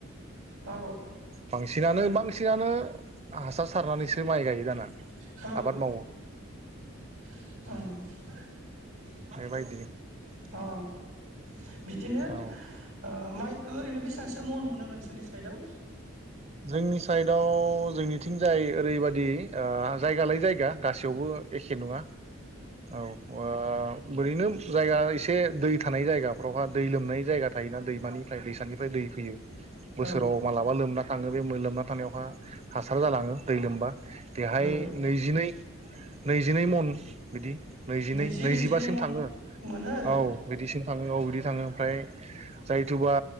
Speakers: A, on the right; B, on the right.
A: औ
B: ओम सिनानो बांसिनानो हासार सारनानैसो माइ गायो दाना
A: औ
B: आबाद मावो
A: औ अ
B: बेबायदि
A: बिदिनो
B: औ
A: ओ माइखो ओरैनो बेसेबांसो मन मोनो नोंसोरनि साइदआव
B: जोंनि साइडआव जोंनिथिंजाय ओरैबायदि ओ जायगालाय जायगा गासैयावबो एखे नङा औ ओ ओरैनो जायगा एसे दै थानाय जायगाफ्रावहा दै लोमनाय जायगा थायोना दैमानिफ्राय दैसानिफ्राय दै फैयो बोसोराव
A: औ
B: मालाबा लोमना थाङो बे मोलोमना थानायावहा हासार जालाङो दै लोमबा। बेहाय
A: औ
B: नैजिनै नैजिनै मन बिदि। नैजिनै
A: नैजि
B: नैजिबासिम
A: नैजिनै मन
B: थाङो
A: मोनो आरो
B: औ बिदिसिम। थाङो औ बिदि थाङो ओमफ्राय जायथुबा